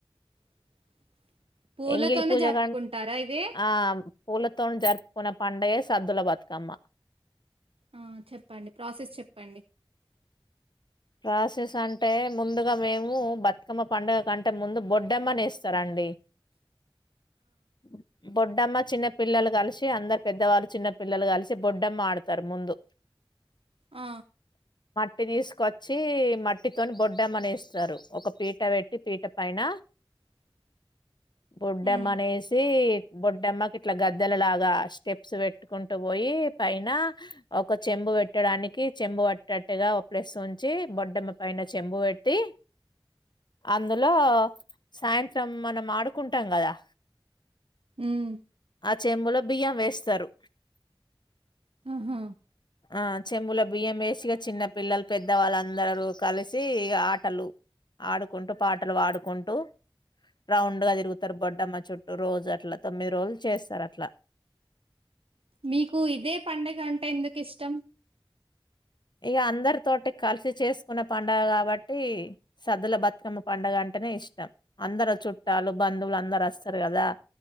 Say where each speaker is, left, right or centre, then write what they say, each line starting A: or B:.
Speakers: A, on the right; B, on the left.
A: <inaudible> పూలతోనే
B: వెంగిలి పూజగా
A: జరుపుకుంటారా ఇది
B: ఆమ్ పూలతోనీ జరుపుకునే పండయే సద్దుల బతుకమ్మ
A: ఆ చెప్పండి ప్రాసెస్ చెప్పండి
B: ప్రాసెస్ అంటే ముందుగా మేము బతుకమ్మ పండుగ కంటే ముందు బొడ్డమ్మనెస్తరండి
A: <inaudible>
B: <inaudible> బొడ్డమ్మ చిన్న పిల్లలు కలిసి అందరు పెద్దవాళ్ళు చిన్న పిల్లలు కలిసి బొడ్డమ్మ ఆడుతారు ముందు
A: ఆ
B: ఇంటికి తీసు కొచ్చి మట్టితోని బొడ్డమ్మనేస్తరు ఒక పీట వెట్టి పీట పైన
A: <inaudible>
B: బొడ్డమ్మనేసి
A: ఉమ్,
B: బొడ్డమ్మకిట్ల గ ద్దలలాగా స్టెప్స్ వెట్టుకుంటూ వోయి పైన ఒక చెంబు వెట్టడానికి చెం బు వట్టట్టుగా ఓ ప్లేస్ ఉంచి బొడ్డమ్మ పైన చెంబు వెట్టి అందులో సాయంత్రం మనం ఆడుకుంటాం గదా
A: ఉమ్
B: చెంబులో బియ్యం వేస్తారు
A: ఆహా.
B: ఆ చెంబులో బియ్యం వేసి ఇగా చిన్న పిల్లలు పెద్ద వాళ్ళందరూ కలిసి ఇగ ఆటలు ఆడుకుంటూ పాటలు పాడుకుంటు రౌండ్ గా తిరుగుతరు బొడ్డమ్మ చుట్టూ రోజు అట్ల తొమ్మిది రోజులు చేస్తరట్ల
A: మీకు ఇదే పండగంటే ఎందుకిష్టం
B: ఇగ అందరి తోటి కలిసి చేసుకునే పండగ కాబట్టి సద్దుల బతుకమ్మ పండగ అన్ టేనే ఇష్టం అందరు చుట్టాలు బంధువులు అందరు అస్తరు గద